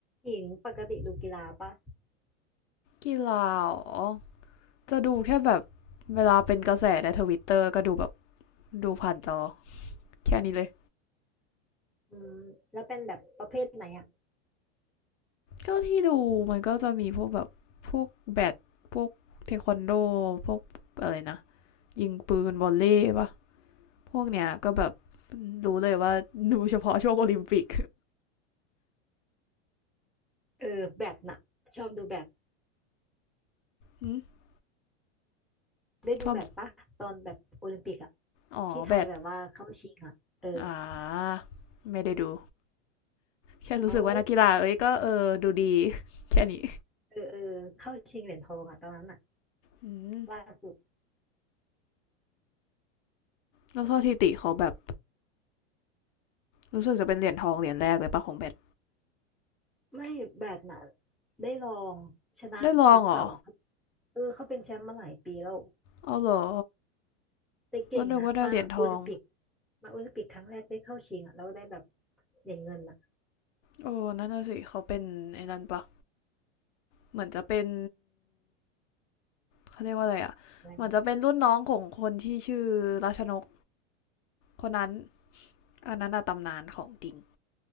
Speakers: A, in the centre; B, on the left (about 80°).
A: จริงปกติดูกีฬาปะ
B: กีฬาอ๋อจะดูแค่แบบเวลาเป็นกระแสในทวิตเตอร์ก็ดูแบบดูผ่านจอแค่นี้เลย
A: อืมแล้วเป็นแบบประเภทไหนอ่ะ
B: ก็ที่ดูมันก็จะมีพวกแบบพวกแบดพวกเทควันโดพวกอะไรนะยิงปืนวอลเลย์ปะพวกเนี้ยก็แบบรู้เลยว่าดูเฉพาะช่วงโอลิมปิก
A: เออแบดน่ะชอบดูแบด
B: <laughs> อ
A: ได้ดูแบดปะตอนแบบโอลิมปิกอ่ะ
B: ชอบอ๋อแบด
A: ที่ไทยแบบว่าเข้าชิงอ่ะเออ
B: อ่าไม่ได้ดูแค่รู้สึกว่านักกีฬาเอ้ยก็เออดูดี
A: เอา
B: <laughs> แค่นี้
A: เออเออเข้าชิงเหรียญทองอ่ะตอนนั้นอ่ะ
B: อืม
A: ล่าสุด
B: แล้วสถิติเขาแบบรู้สึกจะเป็นเหรียญทองเหรียญแรกเลยปะของแบด
A: ไม่แบดน่ะได้ลองชนะแชมป์เก่าอ่ะครับ
B: ได้ลองเหรอ
A: เออเขาเป็นแชมป์มาหลายปีแล้ว
B: เอาเหรอ
A: แต่เก่งนะมาโอลิมปิก
B: ก็นึกว่าได้เหรียญทอง
A: มาโอลิมปิกครั้งแรกได้เข้าชิงอ่ะแล้วได้แบบเหรียญเงินอ่ะ
B: โอ้นั่นน่ะสิเขาเป็นไอ้นั่นปะเหมือนจะเป็นเขาเรียกว่าอะไรอ่ะเหมือนจะเป็นรุ่นน้องของคนที่ชื่อราชนก
A: อะไรนะ
B: คนนั้นอันนั้นอะตำนานของจริง